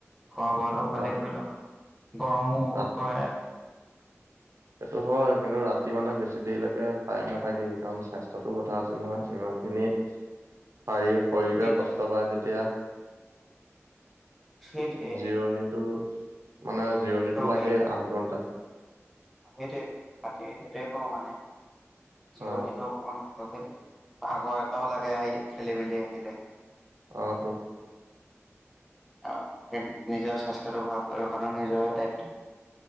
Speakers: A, in the centre; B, on the right (about 85°).
A: খোৱা
B: অ
A: বোৱাটো ভালেই
B: ৰাত
A: কৰি থ' গৰমো বহুত
B: ৰাত
A: পৰে।
B: সেইটো হয় কিন্তু ৰাতি মানে বেছি দেৰিলৈকে খাই নাথাকিবি কাৰণ স্বাস্থ্যতো কথা আছে নহয় ইমান খিনি শাৰীৰ শৰীৰটোৱে
A: সেই
B: কষ্ট পায় যেতিয়া
A: সেইটোৱে
B: জিৰণিটো মানে জিৰণিটো
A: দৰকাৰী
B: লাগে আঠ ঘন্টা।
A: সেইটোৱে <unintelligible> সেইটোৱে কওঁ মানে। জিঅণীতো
B: অ
A: অকমান খেতি ভাগৰ এটাও লাগে আহি খেলি মেলি আহিলে,
B: অ ত!
A: আৰু সেই নিজৰ স্বাস্থ্যটো ভালক ৰখাটো নিজৰে দায়িত্ব